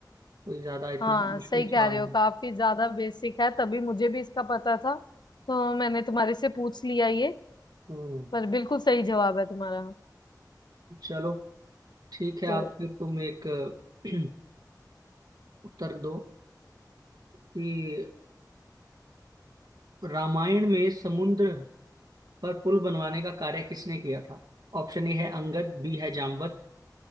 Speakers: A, on the right; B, on the left.
A: कोई ज्यादा इतना
B: हाँ
A: मुश्किल
B: सही
A: सवाल
B: कह रहे हो
A: नहीं
B: काफी ज्यादा बेसिक है तभी मुझे भी इसका पता था तो मैंने तुम्हारे से पूछ लिया ये
A: हम्म
B: पर बिल्कुल सही जवाब है तुम्हारा
A: चलो ठीक है
B: तो
A: आप फिर तुम एक अ, <clears throat> उत्तर दो कि रामायण में समुद्र पर पुल बनवाने का कार्य किसने किया था ऑप्शन ए है अंगद बी है जामवंत